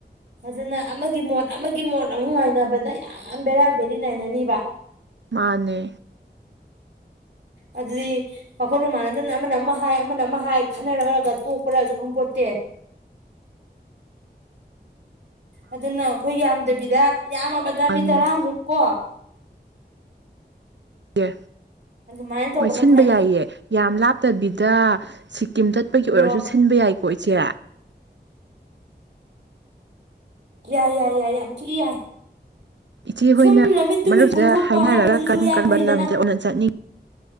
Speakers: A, on the right (about 70°); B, on the right (about 85°).
A: ꯑꯗꯨꯅ ꯑꯃꯒꯤ ꯃꯣꯠ ꯑꯃꯒꯤ ꯃꯣꯠ ꯑꯃꯨꯛ ꯉꯥꯏꯅꯕꯗ ꯌꯥꯝ ꯕꯦꯔꯥ ꯕꯦꯔꯤ ꯉꯥꯏꯏꯅꯅꯤꯕ꯫
B: ꯃꯥꯅꯦ꯫
A: ꯑꯗꯨꯗꯤ ꯋꯥꯈꯜ ꯃ ꯃꯥꯟꯅꯗꯅ ꯑꯃꯅ ꯑꯃ ꯍꯥꯏ ꯑꯃꯅ ꯑꯃ ꯍꯥꯏ ꯈꯟꯅꯔꯔꯒ ꯇꯣꯛꯄꯔꯁꯨ ꯈꯪꯄꯣꯠꯇꯦ ꯑꯗꯨꯅ ꯑꯩꯈꯣꯏ ꯌꯥꯝꯗꯕꯤꯗ ꯌꯥꯝꯃꯗ
B: ꯃꯥꯅꯤꯆꯦ
A: ꯃꯤ ꯇꯔ ꯃꯨꯛꯀꯦ
B: ꯌꯦ
A: ꯑꯗꯨꯃꯥꯏꯅ ꯇꯧꯕꯅ
B: ꯍꯣꯏ ꯁꯤꯟꯕ
A: ꯐꯅꯤ
B: ꯌꯥꯏꯌꯦ ꯌꯥꯝ ꯂꯥꯞꯇꯕꯤꯗ ꯁꯤ ꯇꯤꯝ ꯆꯠꯄꯒꯤ
A: ꯅꯤꯉꯣꯜ
B: ꯑꯣꯏꯔꯁꯨ ꯁꯤꯟꯕ ꯌꯥꯏ ꯍꯣ ꯏꯆꯦ
A: ꯌꯥꯏ ꯌꯥꯏ ꯌꯥꯏ ꯌꯥꯝ ꯊꯤ ꯌꯥꯏ
B: ꯏꯆꯦꯍꯣꯏꯅ
A: ꯁꯨꯝ ꯂꯝꯃꯤꯠ ꯇꯨꯃꯤꯠ
B: ꯃꯔꯨꯞꯁꯤꯗ
A: ꯀꯣꯏꯊꯣꯛꯄ
B: ꯍꯥꯏꯅꯔꯒ
A: ꯍꯥꯏꯕꯗꯨꯁꯨ
B: ꯀꯔꯝ
A: ꯌꯥꯝ
B: ꯀꯔꯝꯕ
A: ꯐꯩꯗꯅ
B: ꯂꯝꯗ ꯑꯣꯟꯅ ꯆꯠꯅꯤ